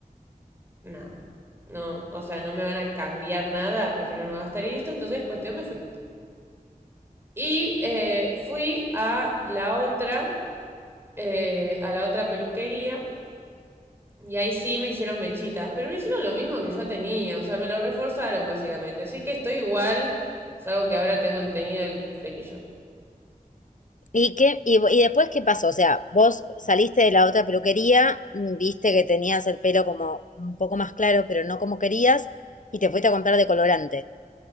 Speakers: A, on the right; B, on the left.
A: nada, no, o sea, no me van a cambiar nada, prefiero no gastar y listo. Entonces, cuestión, me fui. Y eh, fui a la otra, eh, a la otra peluquería. Y ahí sí me hicieron mechitas. Pero me hicieron lo mismo que ya tenía. O sea, me lo reforzaron básicamente. Así que estoy igual. Salvo que ahora tengo el teñido del flequillo.
B: ¿Y qué, y, y después qué pasó? O sea, vos saliste de la otra peluquería, mm, viste que tenías el pelo como un poco más claro, pero no como querías, y te fuiste a comprar decolorante.